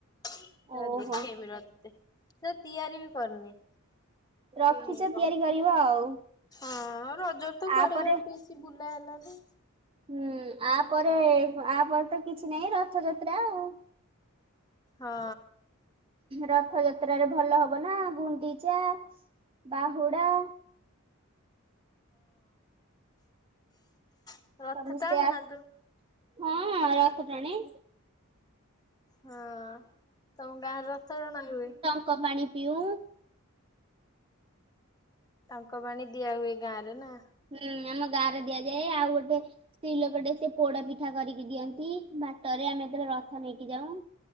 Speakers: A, on the left; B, on the right.
A: ସେଟା
B: ଓହୋ
A: ଦେଖେଇବି ରହ ତତେ ସେରା ତିଆରି ବି କରିନି। <unintelligible>
B: ରଖିଛ ତିଆରି କରିବ ଆଉ।
A: ହଁ ରଜରେ ତ କୁଆଡେ
B: ଆପରେ
A: ବି ଆଉ <unintelligible> କି ବୁଲା ହେଲାନି।
B: ହୁଁ- ଆ ପରେ- ଆ ପରେ ତ କିଛି ନାହିଁ ରଥଯାତ୍ରା ଆଉ।
A: ହଁ।
B: ରଥ ଯାତ୍ରାରେ ଭଲ ହବ ନା ଗୁଣ୍ଡିଚା, ବାହୁଡା
A: ହଁ। ରଥ
B: ସମସ୍ତେ
A: ଟାଣୁ
B: ଆସ-
A: ନା ତୁ?
B: ହଁ -ହଁ ରଥ ଟାଣି।
A: ହଁ-ତମ ଗାଁରେ ରଥ ଟଣା ହୁଏ?
B: ଟଙ୍କ ପାଣି ପିଉ।
A: ତାଙ୍କ ପାଣି ଦିଆ ହୁଏ ଗାଁ ରେ ନା।
B: ହୁଁ ଆମ ଗାଁ ରେ ଦିଆଯାଏ। ଆଉ ଗୋଟେ ସ୍ତ୍ରୀ ଲୋକ ଟେ ସେ ପୋଡା ପିଠା କରିକି ଦିଅନ୍ତି। ବାଟରେ ଆମେ ଯେତେବେଳେ ରଥ ନେଇକି ଯାଉ।